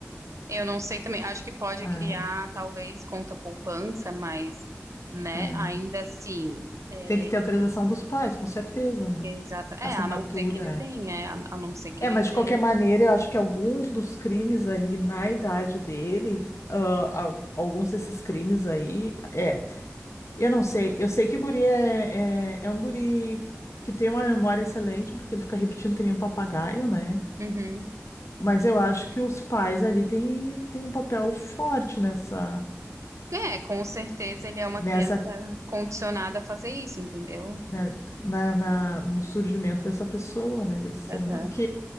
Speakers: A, on the right; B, on the left.
A: Eu não sei também, acho que pode
B: Ah,
A: criar talvez conta poupança, mas, né,
B: é.
A: ainda assim, é,
B: Tem que ter autorização dos pais, com certeza, né?
A: exato. É,
B: Assinatura.
A: a não ser que ele
B: é.
A: tenha, é, a, a não ser que
B: É,
A: ele
B: mas de
A: tenha.
B: qualquer maneira, eu acho que alguns dos crimes ali na idade dele, ah, al- alguns desses crimes aí, é. Eu não sei, eu sei que o guri é, é, é um guri que tem uma memória excelente, porque ele fica repetindo que nem um papagaio, né?
A: Uhum.
B: Mas eu acho que os pais ali têm, têm um papel forte nessa,
A: É, com certeza ele é uma
B: nessa,
A: criança condicionada a fazer isso, entendeu?
B: né, na, na- no surgimento dessa pessoa, né? Desse ser
A: Aham.
B: humano,